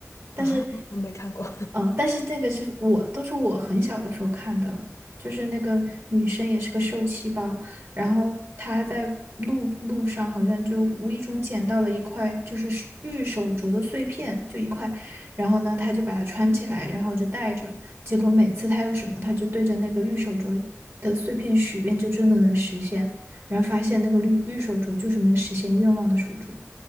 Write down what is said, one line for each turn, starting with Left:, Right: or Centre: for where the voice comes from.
Right: 但是，
Left: 啊，我没看过。
Right: 嗯、但是这个是我都是我很小的时候看的了，就是那个女生也是个受气包，然后她在路路上好像就无意中捡到了一块就是是玉手镯的碎片，就一块，然后呢，她就把它穿起来，然后就戴着，结果每次她有什么，她就对着那个玉手镯的碎片许愿，就真的能实现，然后发现那个绿玉手镯就是能实现愿望的手镯。